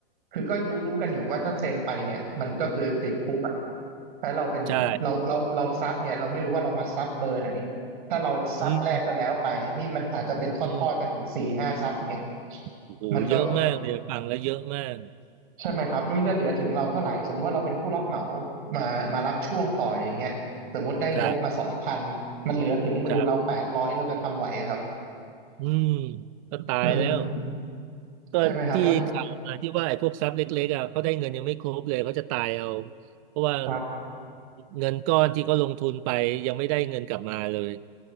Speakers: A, on the right; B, on the right.
A: คือก็รู้รู้กันอยู่ว่าถ้าเซ็นไปเนี่ยมันก็คือติดคุกอ่ะถ้าเราเป็นเราเราเราซับเนี่ยเราไม่รู้ว่าเรามาซับเบอร์ไหน
B: ใช่
A: ถ้าเราซับแรกก็แล้วไปนี่มันอาจจะเป็นทอดๆกันถึงสี่ห้าซับเนี่ย
B: อืมอืมโอ้โหเยอะมากเลยฟังแล้วเยอะมาก
A: มันก็ใช่ไหมครับแล้วมันจะเหลือถึงเราเท่าไหร่สมมุติว่าเราเป็นผู้รับเหมามามารับช่วงต่ออย่างเงี้ยสมมติได้งบมาสองพันมันเหลือถึงมือเราแปดร้อยเราจะทำไหวอะครับ
B: ครับครับอืมก็ตายแล้ว
A: อืม
B: ก็ที่ข่าวมาที่ว่าไอ้พวกทรัพย์เล็กๆอ่ะเขาได้เงินยังไม่ครบเลยเขาจะตายเอา
A: ใช่ไหมครับแล้วสุด
B: เพราะว่า
A: ครับ
B: เงินก้อนที่เขาลงทุนไปยังไม่ได้เงินกลับมาเลย